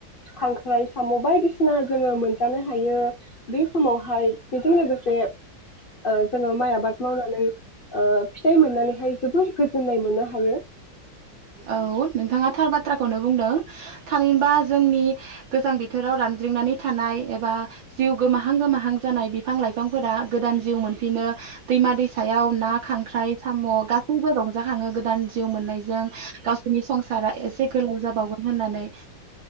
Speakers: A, on the left; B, on the right.
A: खांख्राइ साम' बायदिसिना जोंङो मोनजानो हायो। बे समावहाय बेजों लोगोसे ओ जोंङो माय आबाद मावनानै ओ फिथाय मोननानैहाय जोबोर गोजोननाय मोननो हायो।
B: औ नोंथाङा थार बाथ्राखौनो बुंदों थामिनबा जोंनि गोजां बोथोराव रानद्रिंनानै थानाय एबा जिउ गोमाहां-गोमाहां जानाय बिफां लायफांफोरा गोदान जिउ मोनफिनो दैमा दैसायाव ना खांख्राइ साम' गासैबो रंजाखाङो गोदान जिउ मोननायजों गावसोरनि संसारा एसे गोलाव जाबावगोन होननानै।